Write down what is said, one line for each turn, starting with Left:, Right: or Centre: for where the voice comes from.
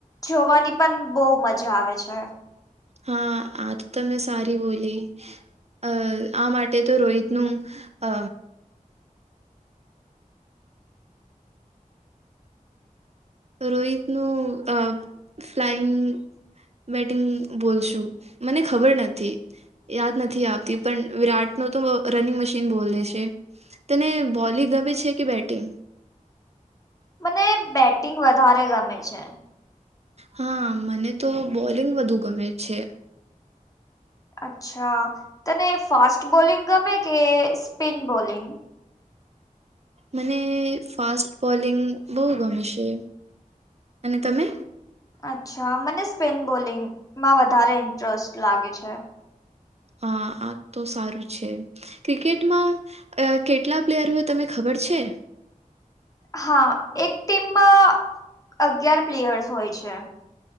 Left: જોવાની પણ બહુ મજા આવે છે.
Right: હા આજ તો મેં સારી બોલી. અ આ માટે તો રોહિતનું અ રોહિત નું અ ફ્લાઈંગ બેટિંગ બોલશું મને ખબર નથી. યાદ નથી આવતી પણ વિરાટ ન તો રનિંગ મશીન બોલે છે. તને બોલીગ ગમે છે કે બેટિંગ‌?
Left: મને બેટિંગ વધારે ગમે છે.
Right: હા મને તો બોલિંગ વધુ ગમે છે.
Left: અચ્છા, તને ફાસ્ટ બોલિંગ ગમે કે સ્પિન બોલિંગ
Right: મને ફાસ્ટ બોલિંગ બહુ ગમે છે અને તમે?
Left: અચ્છા મને સ્પિન બોલિંગમાં વધારે ઇન્ટરેસ્ટ લાગે છે.
Right: હા આ તો સારું છે. ક્રિકેટમાં અહ કેટલા પ્લેયરો હોય તમે ખબર છે?
Left: હા એક ટીમમાં અગિયાર પ્લેયર્સ હોય છે.